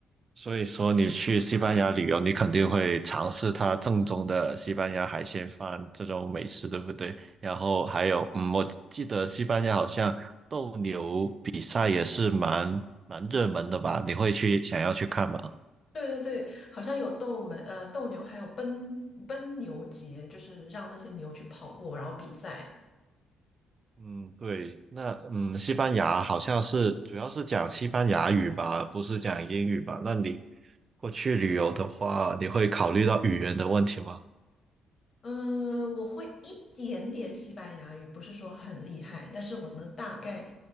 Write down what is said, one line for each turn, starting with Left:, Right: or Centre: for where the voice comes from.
Right: 所以说你去西班牙旅游，你肯定会尝试它正宗的西班牙海鲜饭这种美食，对不对？然后还有嗯，我记得西班牙好像斗牛比赛也是蛮蛮热门的吧？你会去想要去看吗？
Left: 对对对，好像有斗门呃斗牛，还有奔奔牛节，就是让那些牛去跑步，然后比赛。
Right: 嗯，对，那嗯，西班牙好像是主要是讲西班牙语吧，不是讲英语吧？那你过去旅游的话，你会考虑到语言的问题吗？
Left: 嗯，我会一点点西班牙语，不是说很厉害，但是我能大概